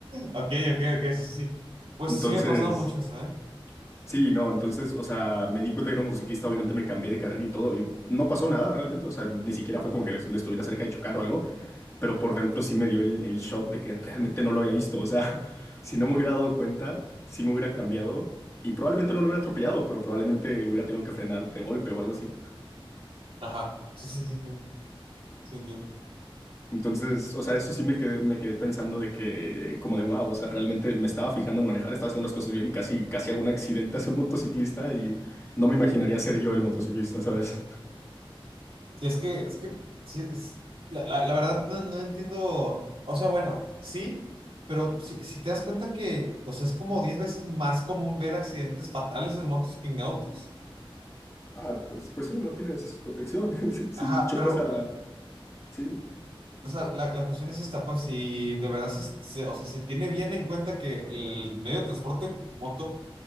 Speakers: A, on the right; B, on the left.
A: ok, ok, ok, sí, sí. Pues
B: Entonces,
A: sí me ha pasado mucho eso, ¿eh?
B: sí, no, entonces, o sea, me di cuenta que era un motociclista, obviamente me cambié de carril y todo y no pasó nada realmente, o sea, ni siquiera fue como que le, le estuviera cerca de chocar o algo. pero por dentro sí me dio el, el shock de que realmente no lo había visto. O sea, <laughs> si no me hubiera dado cuenta, sí me hubiera cambiado y probablemente no lo hubiera atropellado, pero probablemente hubiera tenido que frenar de golpe o algo así.
A: Ajá, sí, sí, sí, sí, sí, entiendo.
B: Entonces, o sea, eso sí me quedé, me quedé pensando de que, eh, como de wow, o sea, realmente me estaba fijando en manejar, estaba haciendo las cosas bien y casi, casi hago un accidente hacia un motociclista y no me imaginaría ser yo el motociclista, ¿sabes?
A: Sí, es que, es que, sí, es, la, la, la verdad no, no entiendo, o sea, bueno, sí, pero si, si te das cuenta que, o sea, es como 10 veces más común ver accidentes fatales en motos que en autos.
B: Ah, pues, pues sí, no tienes protección. <laughs> Si si
A: Ajá,
B: chocas
A: pero
B: a... Sí.
A: o sea, la, la cuestión es esta, pues si de verdad se, se- o sea, se tiene bien en cuenta que el medio de transporte moto